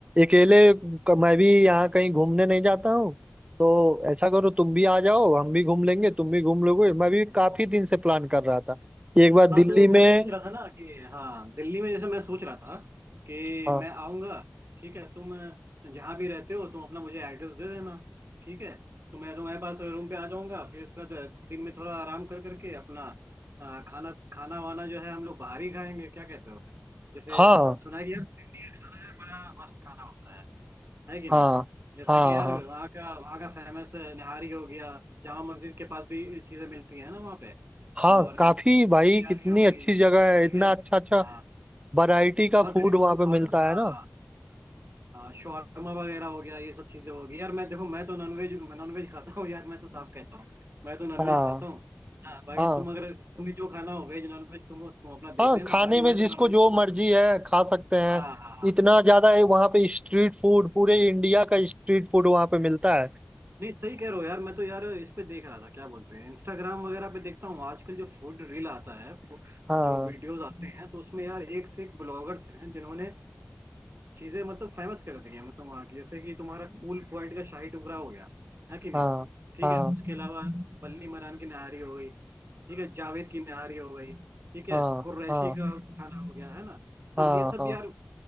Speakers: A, on the right; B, on the right.
A: अकेले क- मैं भी यहाँ कहीं घूमने नहीं जाता हूँ तो ऐसा करो तुम भी आ जाओ हम भी घूम लेंगे तुम भी घूम लोगे मैं भी काफी दिन से प्लान कर रहा था कि एक बार
B: हाँ
A: दिल्ली
B: तो
A: में
B: मैं ये सोच रहा था ना कि हाँ दिल्ली में जैसे मैं सोच रहा था कि
A: हाँ
B: मैं आऊँगा ठीक है तुम जहाँ भी रहते हो तुम अपना मुझे एड्रेस दे देना ठीक है तो मैं तुम्हारे पास रूम पे आ जाऊँगा फिर उसके बाद दिन में थोड़ा आराम कर करके अपना आ, खाना खाना वाना जो है हम लोग बाहर ही खाएंगे क्या कहते हो जैसे
A: हाँ
B: सुना है कि यार दिल्ली में बड़ा मस्त खाना होता है है कि नहीं
A: हाँ
B: जैसे
A: हाँ
B: कि यार
A: हाँ
B: वहाँ का वहाँ का फेमस निहारी हो गया जामा मस्जिद के पास भी चीजें मिलती है ना वहाँ पे
A: हाँ
B: और
A: काफी भाई
B: बिरयानी
A: कितनी
B: हो
A: अच्छी
B: गई ठीक
A: जगह है इतना
B: है
A: अच्छा अच्छा
B: हाँ
A: वैरायटी का
B: और
A: फूड
B: गरीब
A: वहाँ पे मिलता
B: और हाँ
A: है ना
B: हाँ हाँ शौरमा वगैरह हो गया ये सब चीजें हो गई यार मैं देखो मैं तो नॉनवेज नॉनवेज खाता हूँ यार मैं तो साफ कहता हूँ मैं तो नॉनवेज
A: हाँ
B: खाता हूँ हाँ बाकी
A: हाँ
B: तुम अगर तुम्हें जो खाना हो वेज नॉनवेज तुम तुम अपना देख
A: हाँ
B: लेना
A: खाने
B: बाकी
A: में
B: मैं तो
A: जिसको
B: नॉनवेज
A: जो
B: हूँ
A: मर्जी है खा सकते हैं
B: हाँ हाँ हाँ।
A: इतना ज्यादा है वहाँ पे स्ट्रीट फूड पूरे इंडिया का स्ट्रीट फूड वहाँ पे मिलता है
B: नहीं सही कह रहे हो यार मैं तो यार इस पे देख रहा था क्या बोलते हैं इंस्टाग्राम वगैरह पे देखता हूँ आजकल जो फूड रील आता है फू-
A: हाँ
B: जो वीडियोस आते हैं तो उसमें यार एक से एक ब्लॉगर्स हैं जिन्होंने चीजें मतलब फेमस कर दी है मतलब वहाँ की जैसे कि तुम्हारा कूल पॉइंट का शाही टुकड़ा हो गया है कि नहीं
A: हाँ
B: ठीक
A: हाँ
B: है उसके अलावा बल्ली मरान की नहारी हो गई ठीक है जावेद की नहारी हो गई ठीक है
A: हाँ
B: कुरैशी
A: हाँ
B: का खाना हो गया है ना तो
A: हाँ
B: ये सब
A: हाँ
B: यार